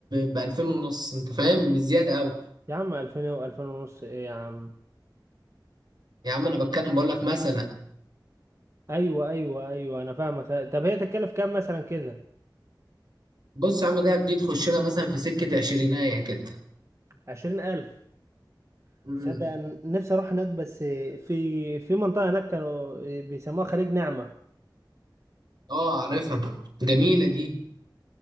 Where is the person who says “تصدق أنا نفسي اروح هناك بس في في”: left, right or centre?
Right